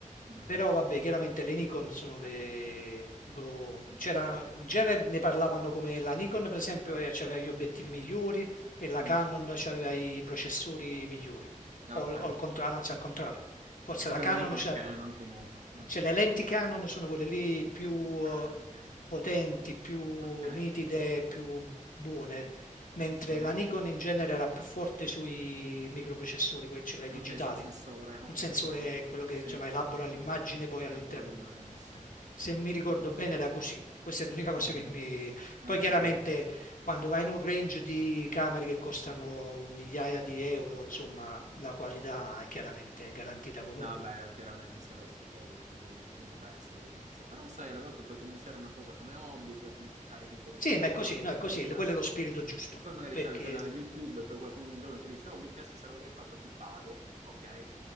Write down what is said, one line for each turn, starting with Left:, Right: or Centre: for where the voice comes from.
Right: Mh,
Left: Però vabbè, chiaramente le Nikon sono le... boh, c'era, in genere ne parlavano come la Nikon per esempio eh, c'aveva gli obiettivi migliori e la
Right: mh,
Left: Canon c'aveva i processori migliori.
Right: okay,
Left: O, o il contra-
Right: okay.
Left: anzi, al contrario, forse
Right: Sempre
Left: la Canon
Right: Nikon
Left: c'ha-
Right: e Canon comunque. Mh.
Left: cioè, le lenti Canon sono quelle lì più eh,
Right: Ah, okay,
Left: potenti, più
Right: okay,
Left: nitide, più buone, mentre
Right: sì.
Left: la Nikon in genere era più forte sui microprocessori, que- cioè le digitali,
Right: Okay, sul sensore. Okay,
Left: sul sensore,
Right: okay, ho capito.
Left: quello
Right: Sì,
Left: che insomma, elabora
Right: sì,
Left: l'immagine poi
Right: che
Left: all'interno.
Right: cattura l'immagine, sì.
Left: Se mi ricordo
Right: Ho capito.
Left: bene era così. Questa è l'unica cosa
Right: Ah,
Left: che mi...
Right: ah, ah,
Left: Poi
Right: ah. Okay,
Left: chiaramente
Right: okay.
Left: quando vai in un range di camere che costano migliaia di euro, insomma, la qualità è chiaramente garantita
Right: Mh.
Left: comunque.
Right: No beh, io chiaramente sarei su cose più più modeste all'inizio, però sai alle volte puoi cominciare una cosa come hobby, poi com carichi un po' di
Left: Sì,
Right: foto
Left: ma
Right: di
Left: è così,
Right: qua, un
Left: no,
Right: po'
Left: è
Right: di
Left: così,
Right: video di là,
Left: quello è lo spirito giusto,
Right: e poi magari
Left: perché
Right: c'hai il canale YouTube e poi qualcuno un giorno ti dice: "Oh mi piace 'sta roba che hai fatto, ti pago". Okay.